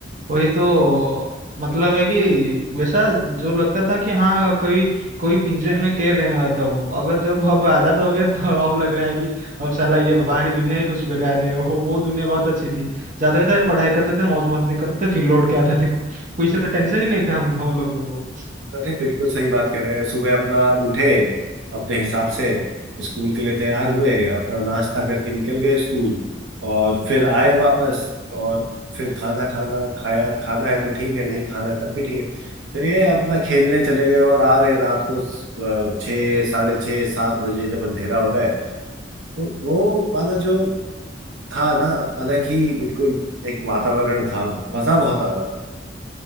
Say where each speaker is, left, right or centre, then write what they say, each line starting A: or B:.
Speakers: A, on the right; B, on the right.
A: वही तो मतलब है कि वैसा जो लगता था कि हाँ कोई कोई पिंजरे में कैद है तब अगर जब अब आजाद हो गया तो <laughs> अब लग रहा है कि अब साला ये बाहरी दुनिया ही कुछ बेकार है वो वो दुनिया बहुत अच्छी थी जाते थे पढ़ाई करते थे मौज मस्ती करते थे फिर लौट के आते थे कोई साला टेंशन ही नहीं था हम हम लोगों को
B: अरे बिल्कुल सही बात कह रहे हैं सुबह अपना उठे अपने हिसाब से स्कूल के लिए तैयार हुए अपना नाश्ता करके निकल गए स्कूल और फिर आए वापस और फिर खाना खाना खाया खाना है तो ठीक है नहीं खाना है तब भी ठीक है फिर ये अपना खेलने चले गए और आ रहे रात को अ, छः साढ़े छः सात बजे जब अंधेरा हो रहा है तो वो वाला जो था ना अलग ही बिल्कुल एक वातावरण था मजा बहुत आता था